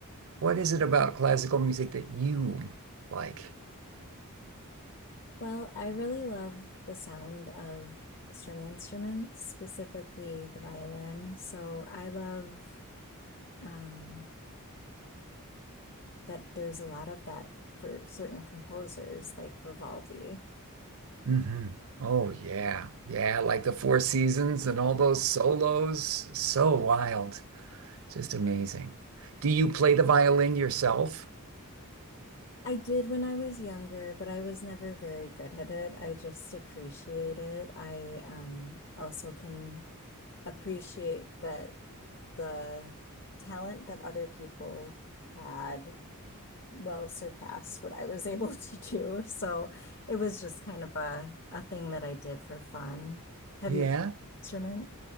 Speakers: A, on the right (about 65°); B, on the left (about 55°).
A: What is it about classical music that you like?
B: Well, I really love the sound of string instruments, specifically the violin. So I love um, that there's a lot of that for certain composers like Vivaldi.
A: hmm Oh yeah. Yeah, like the Four Seasons and all those solos. So wild. Just amazing. Do you play the violin yourself?
B: I did when I was younger, but I was never very good at it. I just appreciate it. I um, also can appreciate that. the talent that other people had well surpassed what I was <laughs> able to do. So it was just kind of a, a thing that I did for fun. Have
A: Yeah.
B: you played an instrument?